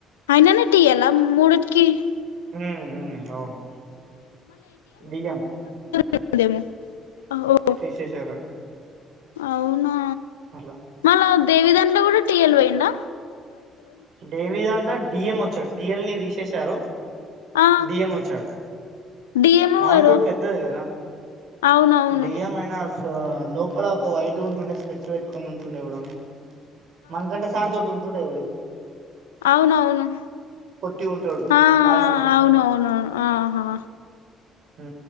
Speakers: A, on the left; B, on the right.
A: అయననే టీ ఇయ్యాల మూడిట్కి ఈ
B: ఊ ఊ అవును. డి ఎం
A: చెప్పదేమో ఓ
B: తీసేశారు అది
A: అవునా
B: అట్లా
A: మల్ల దేవి దాంట్లో కూడా టీయల్ వై ఉందా
B: దేవి దాంట్లో డి ఎం వచ్చారు టీఎల్ ని తీసేశారు.
A: ఆ
B: డిఎం వచ్చాడు
A: డిఎంఓ
B: నాన్
A: ఎవరు
B: ఫుడ్ పెద్దది కదా
A: అవునవును
B: డిఎం అయినా స్ సో లోపల ఒక వైట్గా ఉంటుండే స్పెట్స్ పెట్టుకొని ఉంటుండే ఎవడన్ మనకంట సార్ తోటి ఉంటూండే ఎవడు
A: అవును అవును.
B: పొట్టి ఉంటాడు
A: ఆ
B: సార్
A: అవునువును ఆహా!
B: ఊ